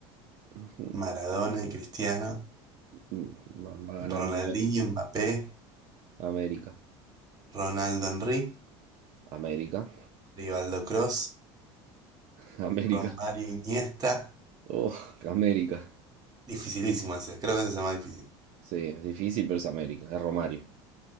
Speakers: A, on the right; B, on the right.
A: <laughs>
B: Maradona y Cristiano,
A: Mm, Va va ganando
B: Ronaldinho
A: Amé-
B: Mbappé,
A: América.
B: Ronaldo Henry,
A: América.
B: Rivaldo Cross,
A: <laughs> América.
B: Romario Iniesta.
A: Oh, América.
B: Dificilísimo ese, creo que ese es el más difícil.
A: Sí, es difícil, pero es América. Es Romario.